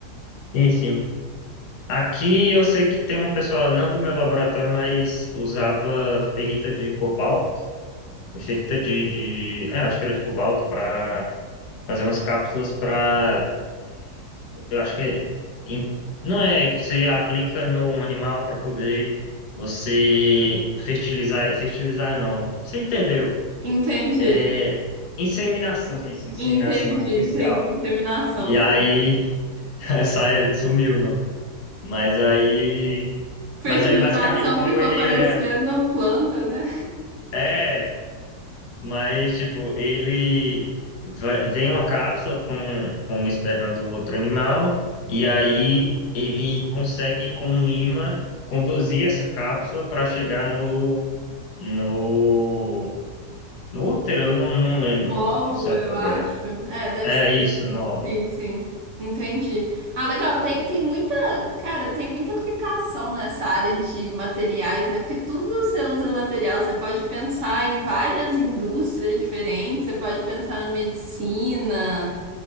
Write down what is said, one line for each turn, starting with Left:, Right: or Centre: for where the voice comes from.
Left: Sim, sim. Aqui eu sei que tem uma pessoa, não do meu laboratório, mas usava ferrita de cobalto, ferrita de, de, é, acho que era de cobalto, para fazer umas cápsulas para. eu acho que é em- não é que você aplica no animal para poder você fertilizar. Fertilizar não. Você entendeu?
Right: Entendi,
Left: É inseminação, isso, inseminação
Right: entendi,
Left: artificial.
Right: entendi. Inseminação,
Left: E
Right: sim.
Left: aí, <laughs> essa é- sumiu o nome. Mas aí.
Right: Fertilização
Left: Mas aí, basicamente, como
Right: ficou
Left: ele
Right: parecendo
Left: era.
Right: planta, né?
Left: é, Mas, tipo, ele vai- vem uma cápsula com, com o esperma do outro animal, e aí ele consegue, com um imã, conduzir essa cápsula para chegar no, no, no útero, eu não, não lembro
Right: Um óvulo,
Left: ao certo
Right: eu
Left: agora.
Right: acho. É, deve
Left: É
Right: ser.
Left: isso, no óvulo.
Right: Sim, sim. Entendi. Ah, legal. Tem, tem muita, cara, tem muita aplicação nessa área de materiais, né? Porque tudo você usa material. Você pode pensar em várias indústrias diferentes. Você pode pensar na medicina.